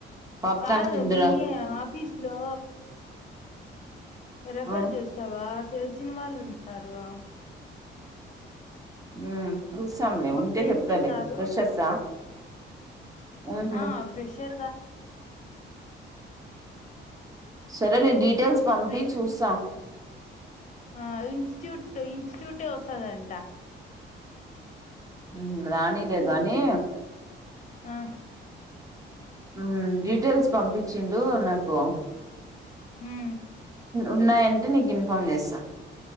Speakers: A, on the right; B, on the left.
A: పాప్కార్న్
B: కాదూ
A: తిందురా
B: మీ ఆఫిస్ లో? రెఫర్
A: ఆ
B: చేస్తవా తెలిసిన వాళ్ళున్నారు.
A: ఉమ్ చూసాంలే
B: మా
A: ఉంటే
B: ఫ్రెండ్స్
A: చెప్తాలే
B: ఉన్నారు
A: ఫ్రెషర్సా? ఆహ
B: ఆ ఫ్రెషర్దా
A: సరేలే డీటెయిల్స్
B: మా
A: పంపి
B: ఫ్రెండ్,
A: చూస్తాం
B: ఆ ఇన్స్టిట్యూట్ టు ఇన్స్టిట్యూటే వస్తదంట.
A: హ్మ్మ్ రానిలే గానీ
B: ఆహ్
A: ఆ డీటెయిల్స్ పంపించిండు నాకు
B: హ్మ్మ్
A: ఉన్నాయంటే నీకిన్ఫార్మ్ చేస్తా.